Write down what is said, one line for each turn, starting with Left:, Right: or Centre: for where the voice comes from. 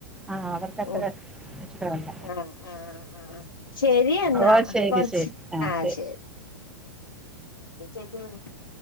Centre: ആഹ് അവർക്കത്ര
Left: ഓഹ്
Centre: ഇഷ്ടമല്ല
Left: ആഹ് ആഹ് ആഹ് ശെരി എന്നാ
Centre: ഓ ശരി
Left: കൊറച്ച്
Centre: ശരി ആ
Left: ആഹ്
Centre: ശരി
Left: ശെരി <unintelligible>